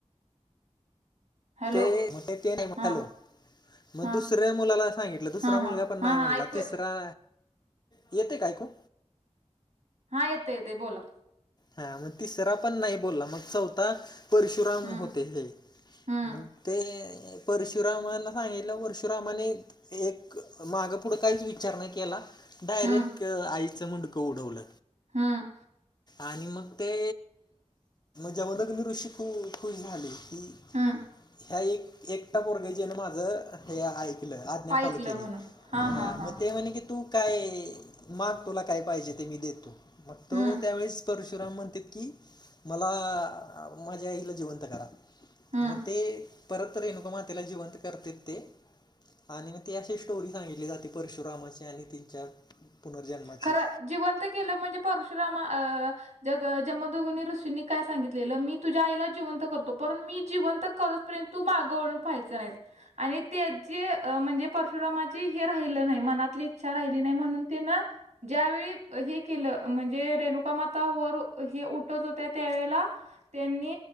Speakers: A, on the right; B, on the left.
A: हॅलो
B: ते म्हण ते नाही
A: हा
B: हॅलो मग
A: हा
B: दुसऱ्या मुलाला सांगितलं दुसरा
A: हा
B: मुलगा
A: हा
B: पण
A: हा
B: नाही म्हटला
A: हा, ऐकू
B: तिसरा येते काय ऐकू
A: हा येत येते बोला
B: हा मग तिसरा पण नाही बोलला मग चौथा परशुराम
A: हम्म
B: होते हे
A: हम्म
B: मग ते परशुरामना सांगितलं परशुरामाने एक मागं पुढं काहीच विचार नाही केला डायरेक्ट
A: हम्म
B: आईचं मुंडक उडवल
A: हम्
B: आणि मग ते जमदग्नी ऋषी खूप खुश झाले की
A: हम्म
B: ह्या एक एकटा पोरगा ज्याने माझं हे ऐकलं आज्ञा
A: ऐकलं
B: फॉलो केली
A: म्हणून हा हा हा
B: मग ते म्हणे की तू काय माग तुला काय पाहिजे ते मी देतो मग तो
A: हम्म
B: त्यावेळेस परशुराम म्हणते की मला माझ्या आईला जिवंत करा
A: हम्म
B: मग ते परत रेणुका मातेला जिवंत करतात ते आणि मग ती अशी स्टोरी सांगितली जाते परशुरामाची आणि तिच्या पुनर्जन्माची
A: खरं जिवंत केलं म्हणजे परशुरामा अ जग ज म जमादग्नी ऋषींनी काय सांगितलेलं मी तुझ्या आईला जिवंत करतो पण मी जिवंत करत पर्यंत तू मागे वळून पाहायं नाही आणि त्याची म्हणजे परशुरामाची हे राहिलं नाही मनातली इच्छा राहिली नाही म्हणून ते ना ज्यावेेळी हे केलं म्हणजे रेणुकामाता वर हे उठत होत्या त्यावेेळेला त्यांनी